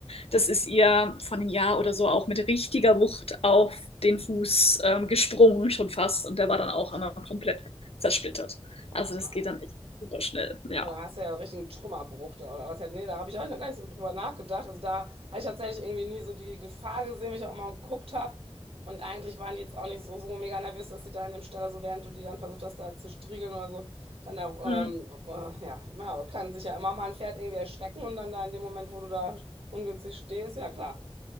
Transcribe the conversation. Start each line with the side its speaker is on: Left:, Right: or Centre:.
Left: das ist ihr von einem Jahr oder so auch mit richtiger Wucht auf den Fuß ähm, gesprungen, schon fast. Und der war
Right: Ach
Left: dann auch
Right: du Scheiße,
Left: einmal komplett zersplittert.
Right: oh
Left: Also
Right: nein.
Left: das geht dann echt super schnell, ja.
Right: Boah, Da hast du ja einen richtigen Trümmerbruch da oder was halt. Nee, da habe ich auch noch gar nicht so drüber nachgedacht. Also da habe ich tatsächlich irgendwie nie so die Gefahr gesehen, wenn ich auch mal geguckt habe. Und eigentlich waren die jetzt auch nicht so, so mega nervös, dass die da in dem Stall, also während du die dann versucht hast, da zu striegeln oder so, dann da,
Left: Mhm.
Right: ähm, äh, ja, na, aber kann sich ja immer mal ein Pferd irgendwie erschrecken und dann da in dem Moment, wo du da ungünstig stehst, ja klar. Ja.